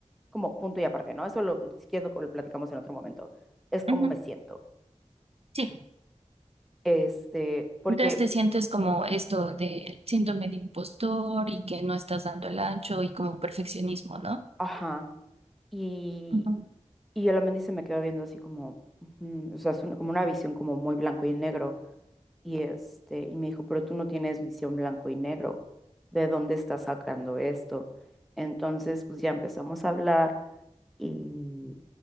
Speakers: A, in the centre; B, on the right.
A: como punto y aparte, ¿no? Eso lo, si quieres lo, lo platicamos en otro momento. Es cómo
B: Ujú.
A: me siento.
B: Sí,
A: Este, porque,
B: Entonces te sientes como esto de síndrome de impostor y que no estás dando el ancho y como perfeccionismo, ¿no?
A: ajá. Y,
B: Ujú.
A: y Olamendi se me quedó viendo así como, ujú, o sea, es una- como una visión como muy blanco y negro. Y, este, y me dijo, pero tú no tienes visión blanco y negro, ¿de dónde estás sacando esto? Entonces, pues ya empezamos a hablar y